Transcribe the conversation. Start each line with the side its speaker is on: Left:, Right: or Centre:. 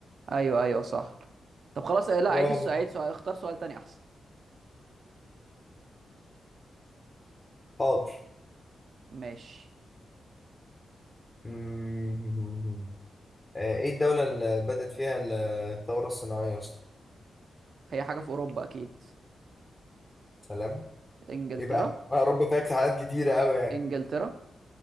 Right: ايوه ايوه صح طب خلاص إيه، لا
Left: كده
Right: عيد
Left: واحد
Right: السؤال
Left: منهم.
Right: عيد سؤال اختار سؤال تاني احسن
Left: حاضر
Right: ماشي
Left: مم. آه إيه الدولة اللي بدأت فيها الثورة الصناعية يا اسطى
Right: هي حاجه في اوروبا اكيد
Left: سلام
Right: انجلترا
Left: إيه بقى؟ آه، يا رب فيها اجتهادات كتيرة أوي يعني
Right: انجلترا